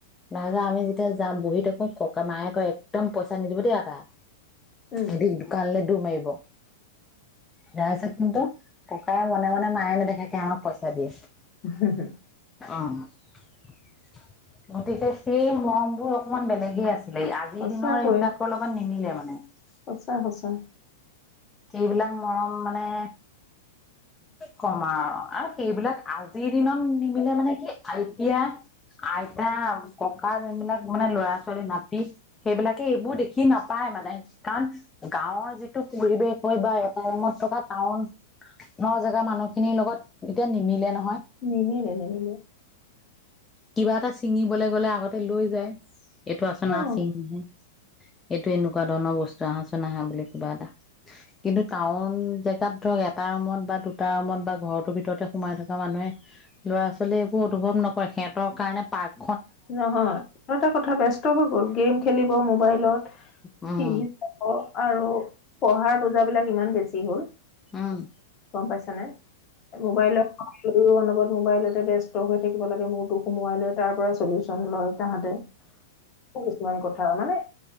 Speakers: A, on the left (about 15°); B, on the left (about 35°).
A: নাই ন আমি যেতিয়া। যা বুহীতো ককা মায়ে কয় একদম পইচা নিদিব দেই এটা।
B: উম
A: অধিক দোকানলৈ দু মাৰিব তাৰ পিছত কিন্তু ককাই মনে মনে মায়ে নেদেখাকে আমাক পইচা দিয়ে।
B: হ -হ
A: অহ ', গতিকে সেই হ তোৰ অকনমান বেলেগে আছে। আজিৰ
B: সঁচাকৈ
A: দিনৰ এইবিলাকৰ লগত নিমিলে মানে। উম ',
B: সঁচা- সঁচা
A: সেইবিলাক মৰম মানে। কমা আৰু সেইবিলাক আজি। দিনত নিমিলে মানে কি আহ ', এতিয়া আইতা ককা যোনবিলাক মানে ল'ৰা ছোৱালী নাতি সেইবিলাকে এইবোৰ দেখি কি নাপায় মানে। কাৰণ গাঁৱৰ যিটো পৰিৱেশ হয় বা এটামত থকা টাউন। ন জেগা মানুহখিনিৰ লগত এতিয়া নিমিলে নহয়।
B: নিমিলে - নিমিলে।
A: কিবা এটা ছিঙিবলে গ'লে আগতে লৈ যায়। এইটো আচে
B: উম,
A: না চিনং হি। এইটো এনেকুৱা ধৰণৰ বস্তু আহাচুন না বুলি কিবা এটা কিন্তু টাউন জেগাত ধৰক এটা ৰুমত বা দুটা ৰুমত বা ঘৰৰতৰ ভিতৰতে সোমাই থকা মানুহে ল'ৰা ছোৱালীয়ে একো অনুভৱ নকৰে সিহঁত। তৰ কাৰণে পাগলা
B: নহয় আৰু এটা কথা ব্যস্ত হৈ গ'ল গেম খেলিব মোবাইলত।
A: উম',
B: টিভি চাব আৰু পঢ়াৰ বুজাাবলাক ইমান বেছি হ'ল।
A: উম ', আৰু
B: গম পাইছা নে? মোবাইলৰও অনবত মোবাইলতে ব ব্যস্ত হৈ থাকিব লাগে। মূৰতটো সোমোৱাই লৈ তাৰ পৰা। চলিউচন লয়। তাহাঁতে কিছুমান কথা মানে